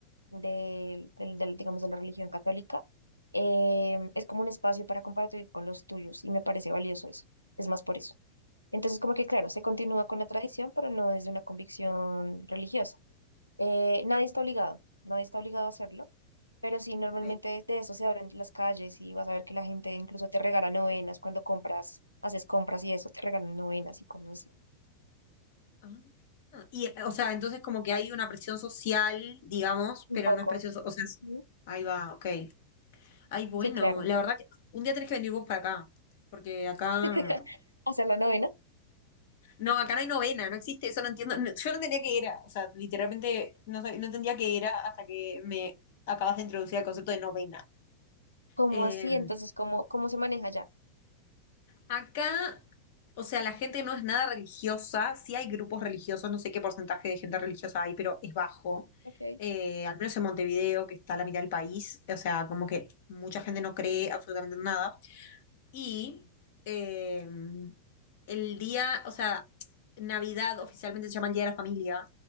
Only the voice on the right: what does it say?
del del- del, digamos, de la religión católica, eh, es como un espacio para compartir con los tuyos y me parece valioso eso. Es más por eso. Entonces, como que claro, se continúa con la tradición, pero no desde una convicción religiosa. Eh, nadie está obligado, nadie está obligado a hacerlo, pero sí, normalmente
de eso se abren las calles y vas a ver que la gente incluso te regala novenas cuando compras, haces compras y eso, te regalan novenas y cosas así.
Un
poco.
Ujú.
Sí, claro.
<laughs> Hacer la novena.
¿Cómo
así? Entonces, ¿cómo, cómo se maneja ya?
Ok,